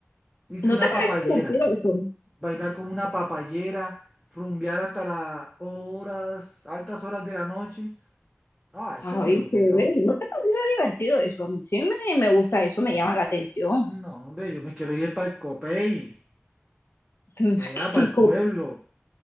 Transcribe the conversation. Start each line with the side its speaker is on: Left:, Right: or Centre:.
Centre: y que
Left: ¿no
Centre: una
Left: te parece
Centre: papayera.
Left: divertido eso?
Centre: bailar como una papayera, rumbear hasta las horas, altas horas de la noche. Ah, eso
Left: Ay,
Centre: es muy aburrido.
Left: chévere, ¿no te parece divertido eso? A mí sí me, me gusta eso, me llama la atención.
Centre: No, hombre, yo me quiero ir para el Copey,
Left: <laughs>
Centre: para allá,
Left: Qué,
Centre: para el
Left: qué
Centre: pueblo.